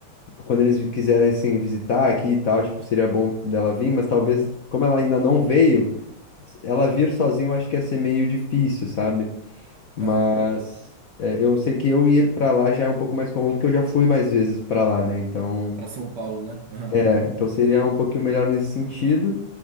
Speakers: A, on the left; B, on the right.
A: quando eles vi- quisessem visitar aqui e tal, tipo, seria bom dela vir, mas talvez, como ela ainda não veio, s- ela vir sozinha eu acho que ia ser meio difícil, sabe? Mas
B: Aham.
A: é, eu sei que eu ir pra lá já é um pouco mais comum, porque eu já fui mais vezes pra lá, né? Então,
B: Para São Paulo, né? Aham.
A: é, então seria um pouquinho melhor nesse sentido.